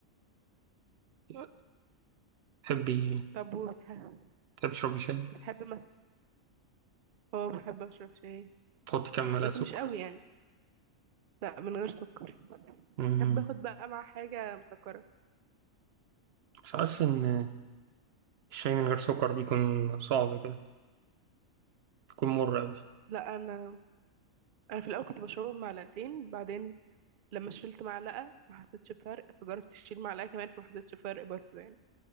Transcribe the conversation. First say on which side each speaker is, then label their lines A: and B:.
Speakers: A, on the right; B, on the right.
A: أوي تحبي
B: طب وبتح-
A: تحبي تشربي شاي
B: بحب مثلا اه بحب اشرب شاي
A: تحطي كام معلقة
B: بس
A: سكر
B: مش قوي يعني لا من غير سكر
A: مم.
B: بحب اخد بقى مع حاجه مسكره
A: بس حاسس إن الشاي من غير سكر بيكون صعب كده بيكون مر أوي
B: لا انا انا في الاول كنت بشربه بمعلقتين بعدين لما شلت معلقه ما حسيتش بفرق فجربت اشيل معلقه كمان فما حسيتش بفرق برضه يعني